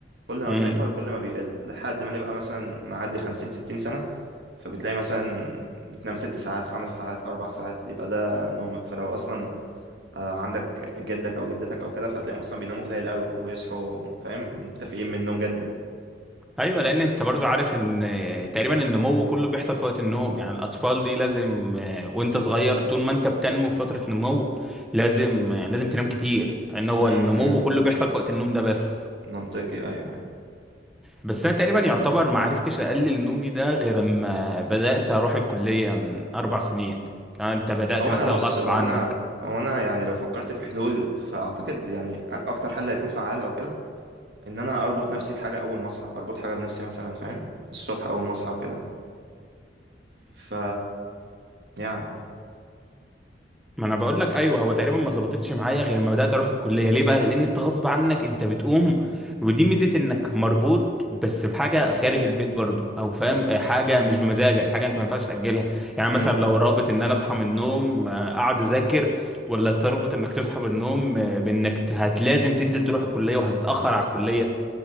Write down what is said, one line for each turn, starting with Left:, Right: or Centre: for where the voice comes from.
Right: كل ما
Centre: حاجه
Right: بنكبر كل ما بيقل لحد ما نبقى مثلا نعدي خمسين ستين سنة فبتلاقي مثلا بتنام ست ساعات خمس ساعات اربع ساعات يبقى ده نومك فلو اصلا آه، عندك جدك او جدتك او كده فهتلاقيهم اصلا بيناموا قليل قوي ويصحوا فاهم مكتفيين من النوم جدا
Centre: ايوه لان انت برضو عارف ان تقريبا النمو كله بيحصل في وقت النوم يعني الاطفال دي لازم آه، وانت صغير طول ما انت بتنمو في فتره نمو لازم آه، لازم تنام كتير لان هو
Right: امم
Centre: النمو
Right: إمم.
Centre: كله بيحصل في وقت النوم ده بس
Right: منطقي ايوه أيوه.
Centre: بس انا تقريبا يعتبر ما عرفتش اقلل نومي ده غير اما بدات اروح الكليه من اربع سنين كان انت بدات
Right: ما هو
Centre: مثلا
Right: انا بص
Centre: غصب
Right: هو
Centre: عنك
Right: انا هو انا يعني لو فكرت في حلول فاعتقد يعني اكتر حل هيكون فعال او كده ان انا اربط نفسي بحاجه اول ما اصحى اربط حاجه بنفسي مثلا فاهم الصبح اول ما اصحى وكده ف يعني
Centre: ما انا بقول لك ايوه هو تقريبا ما ظبطتش معايا غير لما بدات اروح الكليه ليه بقى لان انت غصب عنك انت بتقوم ودي ميزه انك مربوط بس بحاجه خارج البيت برضه او فاهم حاجه مش بمزاجك حاجه انت ما ينفعش تاجلها يعني
Right: امم
Centre: مثلا لو رابط ان انا اصحى من النوم آه، اقعد اذاكر ولا تربط انك تصحى من النوم آه، بانك ت- هت لازم تنزل تروح الكليه وهتتاخر على الكليه